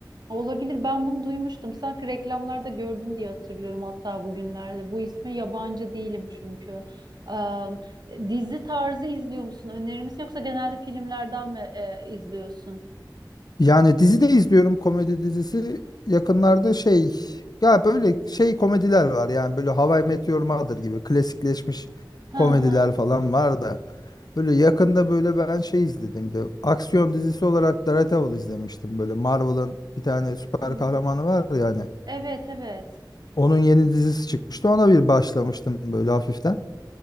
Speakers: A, on the right; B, on the left.
A: Olabilir. Ben bunu duymuştum. Sanki reklamlarda gördüm diye hatırlıyorum hatta bugünlerde. Bu isme yabancı değilim çünkü. Ee, dizi tarzı izliyor musun? Önerir misin? Yoksa genelde filmlerden mi e, izliyorsun?
B: Yani dizi de izliyorum komedi dizisi. Yakınlarda şey ya böyle şey komediler var yani böyle How I Met Your Mother gibi klasikleşmiş
A: Hı
B: komediler
A: hı.
B: falan var da. Böyle yakında böyle ben şey izledim de aksiyon dizisi olarak Daredevil izlemiştim. Böyle Marvel'ın bir tane süper
A: Hmm.
B: kahramanı var yani.
A: Evet, evet.
B: Onun yeni dizisi çıkmıştı. Ona bir başlamıştım böyle hafiften.